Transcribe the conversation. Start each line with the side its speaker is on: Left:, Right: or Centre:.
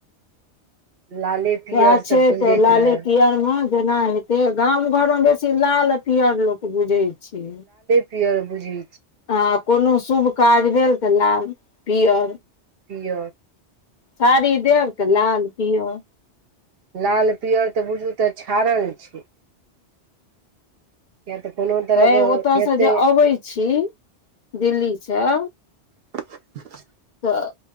Right: लाले पियर
Left: इहै
Right: से
Left: छै
Right: गुंजैत
Left: त लालाे
Right: रहे
Left: किया आनब जेना हेते गाम घर मे बेसी लाल आ पिअर लोक बुझै छै
Right: पिअर बुझी
Left: आ कोनो शुभ काज भेल त लाल पिअर
Right: पिअर
Left: साड़ी देब के लाल पिअर
Right: लाल पिअर तऽ बुझू तऽ छड़ल छै किया तऽ कोनो तरहक
Left: तै ओतयसँ
Right: हेतै
Left: जे अबै छी दिल्लीसँ
Right: <unintelligible>
Left: तऽ